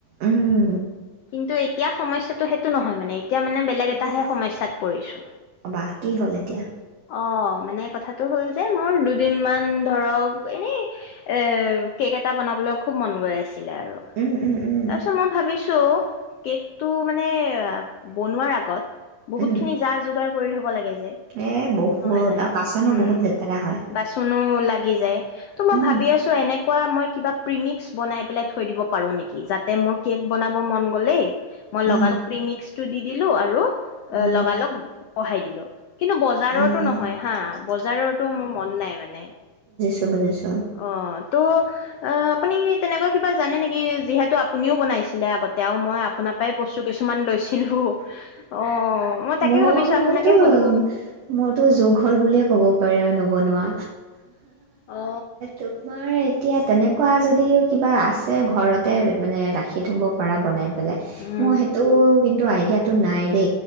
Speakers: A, on the right; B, on the left.
A: উম
B: কিন্তু এতিয়া সমস্যাটো সেইটো নহয় মানে এতিয়া মানে বেলেগ
A: এতিয়া
B: এটাহে
A: কি
B: সমস্যয়াত পৰিছো
A: বা কি হ'ল এতিয়া
B: অ মানে কথা তো হ'ল যে মোৰ দু দিন মান ধৰক এনেই এ কেক এটা বনাবলৈ খুব মন গৈ আছে আৰু
A: উম উম উম
B: তাৰ পিছত মই ভাবিছো চ' কেকটো মানে এ বনোৱাৰ আগত বহুত
A: উম
B: খিনি যা যোগাৰ কৰি থ'ব লাগে যে
A: এ, বহুত
B: নহয় জানো
A: আৰু বাচনো
B: উম
A: বহুত লেতেৰা হয়
B: বাচনো লাগি যায় ত' মই
A: উম
B: ভাবি আছো এনেকে। কোৱা মই কিবা প্ৰিমিক্স বনাই পেলাই থৈ দিব পাৰোঁ নেকি যাতে মোৰ কেক বনাব মন গ'লেই মই লগালো
A: উম
B: প্ৰিমিক্স টো দি দিলো আৰু
A: উম
B: অ' লগালগ বহাই দিলো। কিন্তু বজাৰত।
A: উম
B: সেইটো নহয় হা বজাৰতো মোৰ মন নাই মানে।
A: ত' বুজিছোঁ।
B: অ' তো। অ' আপুনি তেনেকুৱা কিবা জানে নেকি যিহেতু আপুনিও বনাইছিলে আগতে। মই আপোনাৰ পৰাই বস্তু কিছুমান লৈছিলো অ মই তাকে
A: মোৰ
B: ভাবিছো আপোনাকে
A: মোৰতো
B: সুধো
A: মোৰতো যোগ হ'ল বুলিয়ে ক'ব পাৰি আৰু ন। বনোৱা।
B: অ
A: তোমাৰ এতিয়া তেনে। কোৱা যদি কিবা আছে ঘৰতে মানে ৰাখি থব পৰা বনাই পেলাই।
B: উম
A: মোৰ সেইটো কিন্তু আইডিয়া টো নাই দে।